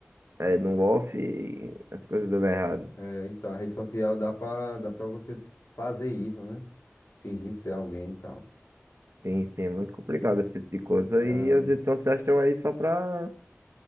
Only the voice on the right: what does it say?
eh, no off e as coisas dando errado.
Sim, sim, é muito complicado esse tipo de coisa.
E
as redes sociais estão aí só pra